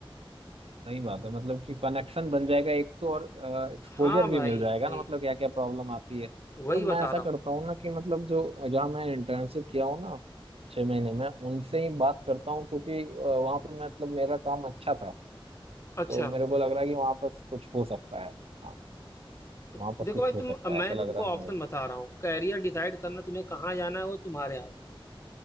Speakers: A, on the right; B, on the left.
A: सही बात है मतलब कि कनेक्शन बन जाएगा एक तो और एक्सपोजर
B: हाँ
A: भी
B: भाई
A: मिल जाएगा
B: वही
A: ना मतलब क्या क्या प्रॉब्लम आती है
B: वही
A: तो
B: बता
A: मैं ऐसा
B: रहा
A: करता
B: हूँ
A: हूँ ना कि मतलब जो जहाँ मैं इंटर्नशिप किया हूँ ना छह महीने में उनसे ही बात करता हूँ क्योंकि अ, वहाँ पे मैं मतलब मेरा काम अच्छा था
B: अच्छा
A: तो मेरे को लग रहा है कि वहाँ पर कुछ हो सकता है हाँ
B: देखो
A: वहाँ पर कुछ
B: भाई
A: हो
B: तुम
A: सकता
B: मैं
A: है ऐसा लग
B: तुमको
A: रहा है
B: ऑप्शन
A: मेरे को
B: बता रहा हूँ कैरियर डिसाइड करना तुम्हें कहाँ जाना है वो तुम्हारे हाथ में है